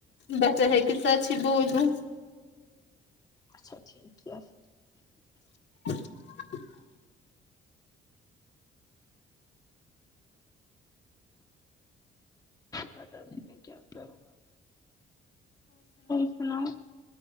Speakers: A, on the left; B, on the left.
A: بٹر ہے کہ سچ ہی بول دوں
B: اچھا ٹھیک کیا پھر
A: <unintelligible>
B: پتہ نہیں کیا کروں اور سناؤ